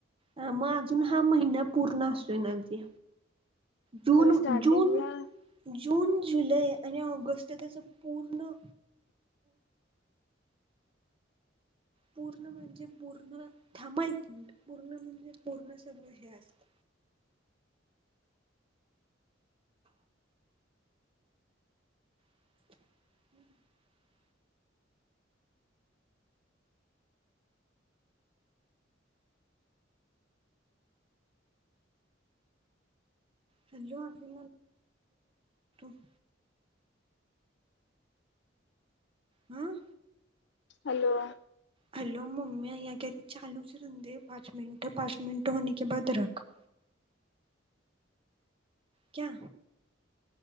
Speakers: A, on the right; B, on the left.
A: ह मगं अजून हा महिना पूर्ण असतोय जून
B: खरं स्टार्टिंग
A: जून
B: ला?
A: जून, जुलै आणि ऑगस्ट त्याच पूर्ण पूर्ण म्हणजे पूर्ण थांबायक पूर्ण म्हणजे पूर्ण सगळं हे असत <unintelligible> हॅलो आटी <unintelligible> हम्म.
B: हॅलो!
A: हॅलो मम्मी आया चालुच ठेवते पाच मिनट पाच मिनट होने के बाद रख क्या.